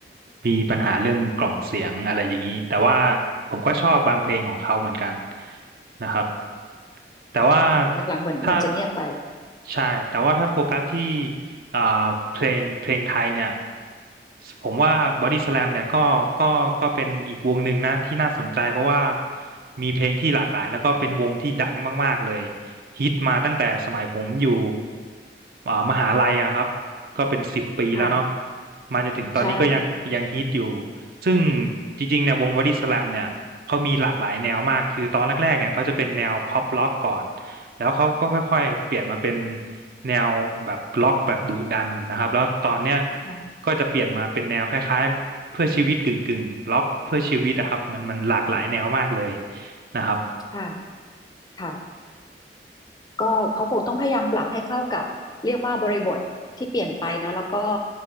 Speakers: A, on the right; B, on the left.
A: มีปัญหาเรื่องกล่องเสียงอะไรอย่างนี้แต่ว่าผมก็ชอบบางเพลงของเขาเหมือนกันนะครับแต่ว่า
B: ใช่ หลังๆเหมือนเหมือนจะเงียบไป
A: ถ้าใช่แต่ว่าถ้าโฟกัสที่อ่าเพลงเพลงไทยเนี่ยผมว่าบอดี้สแลมเนี่ยก็ก็ก็เป็นอีกวงหนึ่งนะที่น่าสนใจเพราะว่ามีเพลงที่หลากหลายแล้วก็เป็นวงที่ดังมากๆเลย ฮิตมาตั้งแต่สมัยผมอยู่อ่ามหาลัยอะครับก็เป็นสิบปีแล้วเนาะ
B: ค่ะ
A: มาจนถึงตอนนี้ก็ยังยังฮิตอยู่
B: ใช่
A: ซึ่งจริงๆเนี่ยวงบอดี้สแลมเนี่ยเขามีหลากหลายแนวมากคือตอนแรกๆเนี่ยเขาจะเป็นแนวพ็อปล็อกก่อนแล้วเขาก็ค่อยๆเปลี่ยนมาเป็นแนวแบบล็อกแบบดุดันนะครับแล้วตอนเนี้ย
B: ค่ะ
A: ก็จะเปลี่ยนมาเป็นแนวคล้ายๆเพื่อชีวิตกึ่งๆล็อกเพื่อชีวิตอะครับมันมันหลากหลายแนวมากเลยนะครับ
B: ค่ะค่ะก็เขาคงต้องพยายามปรับให้เข้ากับเรียกว่าบริบทที่เปลี่ยนไปเนาะแล้วก็